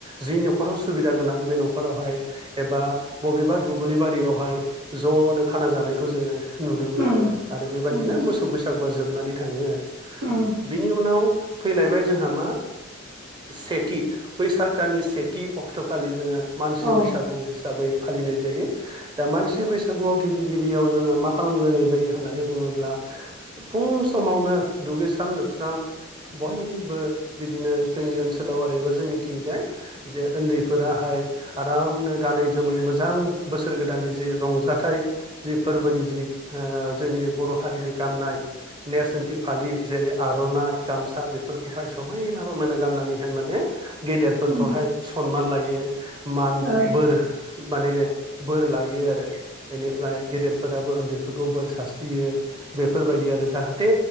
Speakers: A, on the right; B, on the right.
A: जि न'खराव सुबिदा गोनां बे न'खरावहाय एबा बबेबा दुब्लि बारियावहाय ज'नो खाना जानायखौ जोङो नुनो मोनो
B: उम
A: आरो आरो बेबायदिनो
B: उम
A: मोसौ बैसागुआ जोबनानै थांङो आरो
B: उम
A: बिनि उनाव फैलायबाय जोंहा मा सेथि बैसाग दाननि सेथि अक्ट'खालि जोंङो मानसि
B: औ
A: बैसा हिसाबै फालिनाय जायो दा मानसि बैसागुआव गिबि गिबियाव जोङो मा खालामग्रोनाय जायो होननानै बुङोब्ला फुं समावनो दुगैस्रां लोबस्रां बयबो बिदिनो जोंनि ओनसोलाव आरो एबा जोंनिथिंजाय जे उन्दैफोराहाय <unintelligible> आराम नो गानै जोमै मोजां बोसोर गोदाननि जि रंजाथाइ जि फोरबोनि जि जोंनि बर' हारिनि गाननाय नेरसोनथि फालि जेरै आर'नाइ गामसा बेफोरखौहाय समायना रमायना गाननानैहाय माने गेदेरफोरखौहाय
B: उम
A: सनमान लायो मान
B: औ
A: बोर माने बोर लायो आरो बेनिफ्राय गेदेरफोराबो उन्दैफोरखौ बोर सारस्रियो बेफोरबायदि आरो जाहाथे